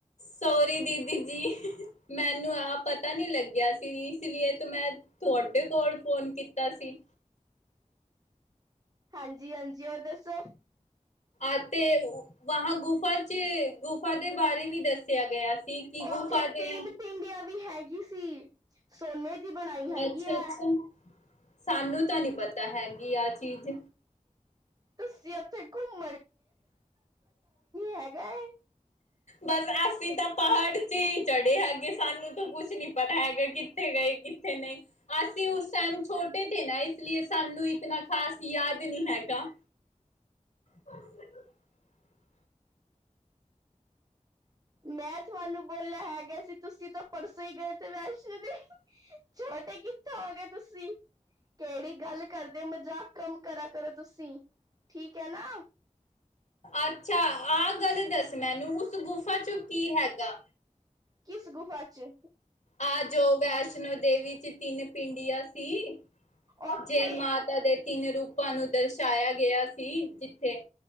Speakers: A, on the left; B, on the right.
A: ਸੋਰੀ ਦੀਦੀ ਜੀ ਮੈਨੂੰ ਆਹ ਪਤਾ ਨੀ ਲੱਗਿਆ ਸਿਲੀ ਸੀਲਈਏ ਤੇ ਮੈਂ ਤੁਹਾਡੇ ਕੋਲ ਫੋਨ ਕੀਤਾ ਸੀ।
B: ਹਾਂਜੀ ਹਾਂਜੀ ਹੋਰ ਦੱਸੋ।
A: ਅਤੇ ਵਹਾ ਗੁਫਾ ਚ ਗੁਫਾ ਦੇ ਬਾਰੇ ਵੀ ਦੱਸ ਕਿਆ ਗਿਆ। ਕੀ ਕੀ ਗੁਫਾ
B: ਉੱਥੇ
A: ਦੇ
B: ਤਿੰਨ
A: ਆ।
B: ਪਿੰਡੀਆਂ ਵੀ ਹੈਗੀ ਸੀ ਸੋਨੇ ਦੀ ਬਣਾਈ ਹੈਗੀ
A: ਅੱਛਾ
B: ਐ
A: ਅੱਛਾ ਸਾਨੂੰ ਤਾਂ ਨੀ ਪਤਾ। ਤਾਂ ਹੈਗੀ ਆਹ ਚੀਜ਼
B: ਤੁਸੀਂ ਓਥੇ ਘੁੰਮ ਹੈਗਾ ਹੈ।
A: ਬਸ ਅਸੀਂ ਤਾਂ ਪਹਾੜ ਚ ਹੀ ਚੜ੍ਹੇ ਹੈਗੇ ਸਾਨੂੰ ਤਾਂ ਕੁਛ ਨੀ ਪਤਾ ਹੈਗਾ ਕਿੱਥੇ ਗਏ ਕਿੱਥੇ ਨਹੀਂ ਅਸੀਂ ਉਸ ਟਾਈਮ ਛੋਟੇ ਤੇ ਨਾ ਇਸ ਲਈ ਸਾਨੂੰ ਇਤਨਾ ਖ਼ਾਸ ਯਾਦ ਵੀ ਨਹੀਂ ਹੈਗਾ ਹਾਂ ਜੀ <unintelligible>
B: ਮੈਂ ਤੁਹਾਨੂੰ ਬੋਲਿਆ ਹੈਗਾ ਸੀ ਤੁਸੀਂ ਤਾਂ ਪਰਸੋਂ ਹੀ ਗਏ ਤੇ ਵੈਸ਼ਨੋ ਦੇਵੀ ਛੋਟੇ ਕਿੱਥੋਂ ਹੋ ਗਏ ਤੁਸੀਂ ਕਿਹੜੀ ਗੱਲ ਕਰਦੇ ਮਜ਼ਾਕ ਕਮ ਕਰਾ ਕਰੋ ਤੁਸੀਂ ਠੀਕ ਹੈ ਨਾ
A: ਅੱਛਾ ਆਹ ਗੱਲ ਦੱਸ ਮੈਨੂੰ ਉਸ ਗੁਫਾ ਚੁ ਕੀ ਹੈਗਾ
B: ਕਿਸ ਗੁਫਾ 'ਚ
A: ਆ ਜੋ ਵੈਸ਼ਨੋ ਦੇਵੀ ਚ ਤਿੰਨ ਪਿੰਡੀਆਂ ਸੀ
B: ਉੱਥੇ
A: ਜੇ ਮਾਤਾ ਦੇ ਤਿੰਨ ਰੂਪਾਂ ਨੂੰ ਦਰਸਾ਼ ਪਾਇਆ ਗਿਆ ਸੀ ਜਿੱਥੇ।